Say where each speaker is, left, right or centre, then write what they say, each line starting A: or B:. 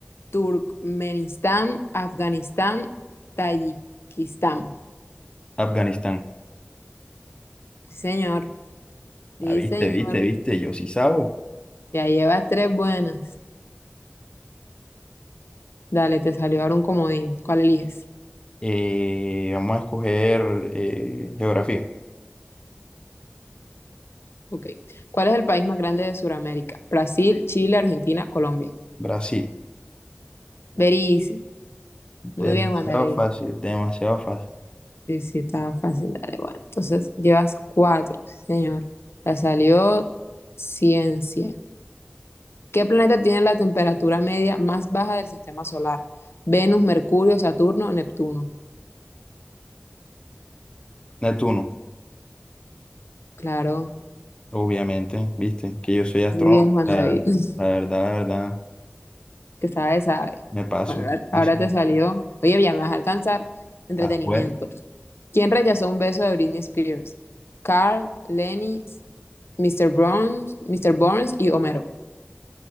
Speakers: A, on the left (about 80°); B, on the left (about 25°).
A: Turkmenistán, Afganistán, Tayikistán.
B: Afganistán.
A: Sí, señor. Sí,
B: Ah, viste,
A: señor.
B: viste, viste, yo sí sabo.
A: Ya llevas tres buenas. Dale, te salió ahora un comodín. ¿Cuál eliges?
B: Eh, vamos a escoger eh, geografía.
A: Ok. ¿Cuál es el país más grande de Sudamérica? Brasil, Chile, Argentina, Colombia.
B: Brasil,
A: Very easy.
B: demasiado
A: Muy bien, Juan David.
B: fácil, demasiado fácil.
A: Sí, sí, estaba fácil. Dale, bueno. Entonces, llevas cuatro, sí, señor. Te salió ciencia. ¿Qué planeta tiene la temperatura media más baja del sistema solar? Venus, Mercurio, Saturno, Neptuno.
B: Neptuno,
A: Claro.
B: obviamente, viste, que yo soy astrónomo.
A: Muy bien, Juan
B: O sea,
A: David. <laughs>
B: la verdad, la verdad,
A: Que sabe, sabe.
B: me paso.
A: Bueno, ahora
B: Yo
A: ahora
B: siempre-
A: te salió. Oye, ya me vas a alcanzar. Entretenimiento.
B: Ah, pues,
A: ¿Quién rechazó un beso de Britney Spears? Carl, Lenny, Mr. Burns, Mr. Burns y Homero.